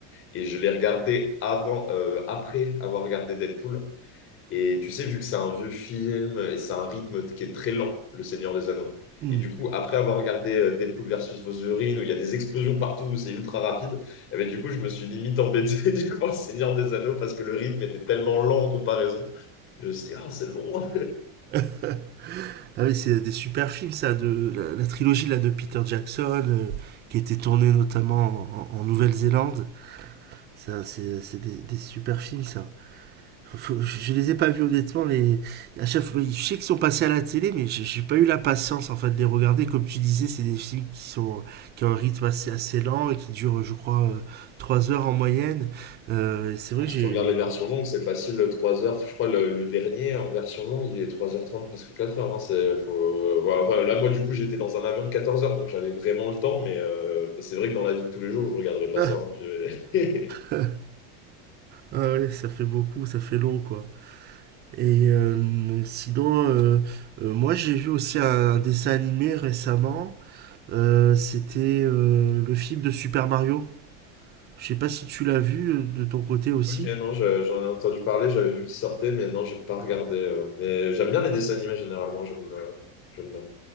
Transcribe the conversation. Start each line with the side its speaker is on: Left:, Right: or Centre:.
Left: Et je l'ai regardé avant, euh, après avoir regardé Deadpool. Et tu sais, vu que c'est un vieux film et c'est un rythme qui est très lent, le Seigneur des Anneaux.
Right: hmm.
Left: Et du coup, après avoir regardé euh, Deadpool versus Wolverine, où il y a des explosions partout, où c'est ultra rapide, eh ben, du coup, je me suis limite embêté <laughs> devant le Seigneur des Anneaux parce que le rythme était tellement lent en comparaison. que Je me suis dit, ah, c'est long.
Right: <laughs> Ah oui, c'est des super films ça, de la, la trilogie là de Peter Jackson, euh, qui était tournée notamment en, en Nouvelle-Zélande. Ça, c'est c'est des, des super films ça. Faut- je les ai pas vus honnêtement. Les... À chaque fois, je sais qu'ils sont passés à la télé, mais j'ai j'ai pas eu la patience en fait de les regarder. Comme tu disais, c'est des films qui sont qui ont un rythme assez, assez lent et qui durent, je crois, euh, trois heures en moyenne. Euh, c'est vrai
Left: Ah, Si
Right: que j'ai
Left: tu regardes les versions longues, c'est facile, le 3 heures. Je crois le, le dernier en version longue, il est trois heures trente presque quatre heures. hein. C'est, faut... voilà, enfin, là, moi, du coup, j'étais dans un avion de 14 heures, donc j'avais vraiment le temps. Mais, euh, mais c'est vrai que dans la vie de tous les jours, je ne regarderai pas
Right: ah,
Left: ça. hein. Je- <laughs>
Right: <laughs> ah ouais, ça fait beaucoup, ça fait long quoi. Et euh, sinon, euh, euh, moi j'ai vu aussi un dessin animé récemment. Euh, c'était euh, le film de Super Mario. Je sais pas si tu l'as vu euh, de ton côté aussi.
Left: Ok, non, je- j'en ai entendu parler, j'avais vu qu'il sortait, mais non, j'ai pas regardé. euh. Mais j'aime bien les dessins animés généralement. J'aime euh, j'aime bien.